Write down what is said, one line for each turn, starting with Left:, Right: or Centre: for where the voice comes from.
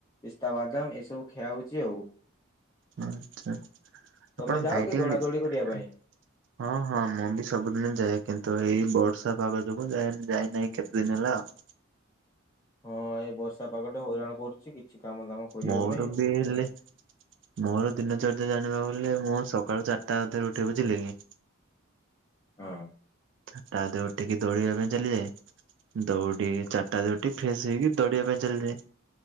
Left: ପିସ୍ତା ବାଦାମ ଏସବୁ ଖିଆ ହଉଛି ଆଉ।
Right: ଆଛା
Left: ତମେ
Right: ଆପଣ
Left: ଯାଅ
Right: ଡାଇଟିଂରେ
Left: କି ଦୌଡା ଦୌଡି କରିବା
Right: ହଁ
Left: ପାଇଁ?
Right: ହଁ ମୁଁ ବି ସବୁଦିନ ଯାଏ କିନ୍ତୁ ଏଇ ବର୍ଷା ପାଗ ଯୋଗୁଁ ଯାଏ ଯାଇନାହିଁ କେତେ ଦିନ ହେଲା ଆଉ।
Left: ହଁ ଏ ବର୍ଷା ପାଗଟେ ହଇରାଣ କରୁଛି କିଛି କାମ ଦାମ କରିହଉ
Right: ମୋର
Left: ନାଇଁ
Right: ବି
Left: ବହୁତ
Right: ହେଲେ
Left: ହଇରାଣ।
Right: ମୋର ଦିନ ଚର୍ଯ୍ୟା ଜାଣିବ ବୋଲେ ମୁଁ ସକାଳୁ ଚାରିଟା ଅଧରେ ଉଠେ ବୁଝିଲେ କି।
Left: ହଁ।
Right: ତା ଧିଅରୁ ଉଠିକି ଦୌଡ଼ିବା ପାଇଁ ଚାଲିଯାଏ। ଦୌଡି ଚାରିଟା ରାତିରୁ ଉଠି ଫ୍ରେଶ ହେଇକି ଦୌଡିବା ପାଇଁ ଚାଲିଯାଏ।